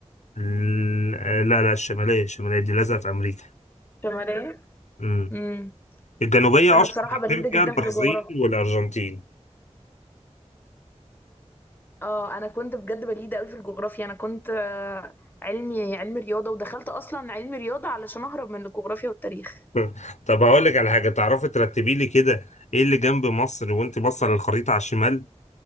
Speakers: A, on the left; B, on the left.
A: ال- لا لا الشمالية الشمالية دي لازقة في امريكا
B: شمالية
A: امم
B: امم
A: الجنوبية
B: انا
A: اشهر
B: بصراحة
A: حاجتين
B: بليدة
A: فيها
B: جدا
A: البرازيل
B: في الجغرافيا
A: والارجنتين
B: اه انا كنت بجد بليدة قوي في الجغرافيا انا كنت آه، علمي علمي رياضة ودخلت اصلا علمي رياضة علشان اهرب من الجغرافيا والتاريخ
A: <laughs> طب هقول لك على حاجه تعرفي ترتبي لي كده ايه اللي جنب مصر وانت باصه للخريطه على الشمال